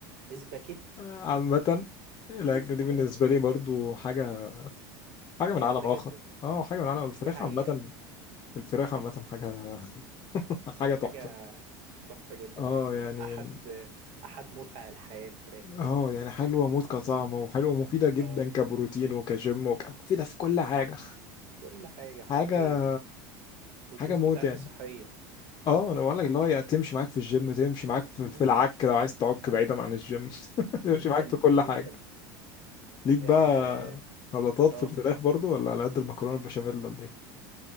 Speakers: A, on the right; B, on the left.
A: اسباجيتي
B: عامه الاكله
A: <laughs>
B: دي بالنسبه لي برضو حاجه حاجه من
A: جامده
B: عالم اخر
A: جدا
B: اه حاجه من عالم الفراخ
A: دي حقيقه
B: عامه الفراخ عامه حاجه <laughs> حاجه تحفه
A: حاجه تحفة جدا
B: اه
A: يعني
B: يعني
A: أحد
B: من
A: أحد متع الحياة الفراخ دي
B: اه يعني حلوه موت كطعم وحلوه ومفيده جدا
A: اه
B: كبروتين وكجيم وك... مفيده في كل حاجه
A: كل حاجة حرفيا
B: حاجه
A: والدهون
B: حاجه موت
A: بتاعتها
B: يعني
A: صحية
B: اه انا بقول لك اللي هو يعني تمشي معاك في الجيم تمشي معاك في,
A: مم.
B: في العك لو عايز تعك بعيدا عن الجيم <laughs> تمشي
A: جدا
B: معاك في كل
A: جدا
B: حاجه ليك بقى
A: اه
B: خلطات
A: اه
B: في الفراخ برضو ولا على قد المكرونه البشاميل ولا ايه